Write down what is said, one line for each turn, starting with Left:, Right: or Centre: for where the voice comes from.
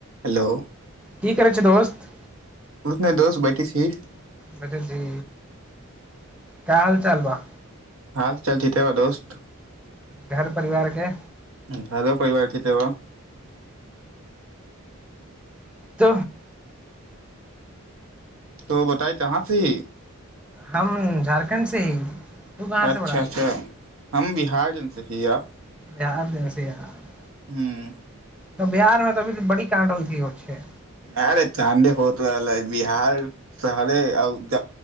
Right: Hello
Centre: की करै छै दोस्त
Right: उने दोस्त बैठी छी
Centre: बजेबहि का हाल चाल बा
Right: हाल चाल ठिके बा दोस्त
Centre: घर परिवारके
Right: घरो परिवार थिके बा
Centre: त
Right: तो बताए तहाँ ति
Centre: हम झारखण्ड से ही तू कहाँ से
Right: अच्छा
Centre: बड़ा
Right: अच्छा हम बिहार जनसँ हीया
Centre: यार जय सिया राम
Right: हूँ
Centre: त बिहार मे तऽ अी बड़ी कांड हो छै ओ छै
Right: अरे चाँदे होत रहलै बिहार शहरे ज